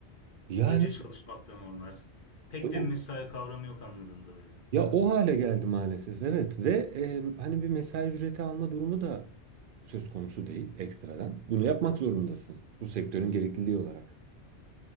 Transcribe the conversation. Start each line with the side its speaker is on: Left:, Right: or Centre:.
Right: yani
Left: Gece çalışmaktan onlar. Pek
Right: o-
Left: de bir mesai kavramı yok anladığım kadarıyla.
Right: ya o hale geldi maalesef evet ve e, hani bir mesai ücreti alma durumu da söz konusu değil ekstradan. Bunu yapmak zorundasın bu sektörün gerekliliği olarak.